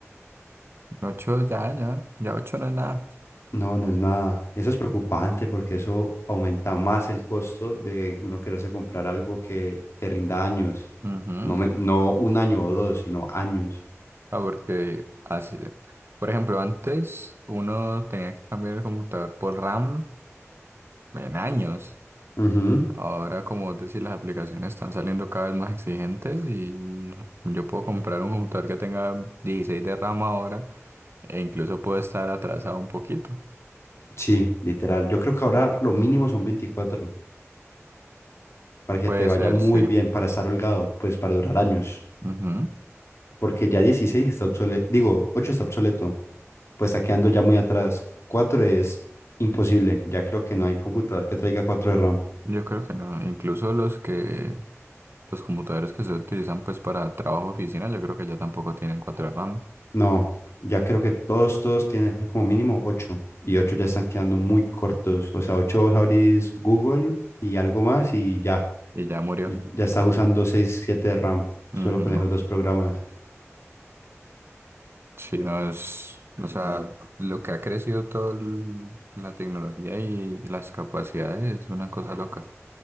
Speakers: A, on the right; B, on the left.
A: Ocho ya, ya, ya 8 no es nada.
B: No, no es nada. Eso es preocupante porque eso aumenta más el costo de uno quererse comprar algo que te rinda años.
A: Ujú.
B: No, me- no un año o dos, sino años.
A: Ah, porque así, por ejemplo, antes uno tenía que cambiar el computador por RAM en años.
B: Ujú.
A: Ahora, como vos decís, las aplicaciones están saliendo cada vez más exigentes y yo puedo comprar un computador que tenga 16 de RAM ahora e incluso puedo estar atrasado un poquito.
B: Sí, literal. Yo creo que ahora lo mínimo son 24 para que
A: Puede
B: te vaya
A: ser,
B: muy
A: sí.
B: bien, para estar holgado, pues para durar años.
A: Ujú.
B: Porque ya 16 está obsoleto, digo, 8 está obsoleto. pues está quedando ya muy atrás. 4 es imposible, ya creo que no hay computador que traiga 4 de RAM.
A: Yo creo que no. Incluso los que Los computadores que se utilizan pues para trabajo oficina, yo creo que ya tampoco tienen cuatro de RAM
B: No, ya creo que todos, todos tienen como mínimo 8 y 8 ya están quedando muy cortos. O sea, 8 vos abrís Google y algo más y ya,
A: y ya murió.
B: ya estás usando 6 7 de RAM
A: Ujú.
B: solo con esos dos programas.
A: Sí, no es, o sea, lo que ha crecido toda la tecnología y las capacidades es una cosa loca.